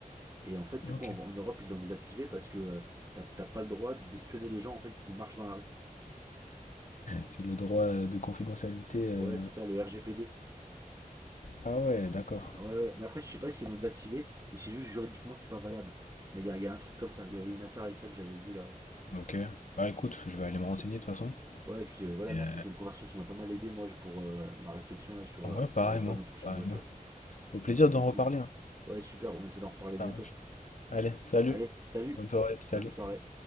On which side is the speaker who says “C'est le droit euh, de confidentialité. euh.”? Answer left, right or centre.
Left